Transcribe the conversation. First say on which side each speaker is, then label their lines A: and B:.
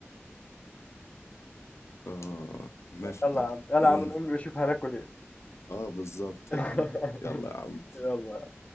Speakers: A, on the left; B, on the left.
A: اه ماشي
B: يلا
A: يا عم
B: يا عم يلا يا
A: ون
B: عم نقوم نشوف هناكل ايه
A: اه بالظبط
B: <laughs>
A: يا عم يلا يا عم
B: يلا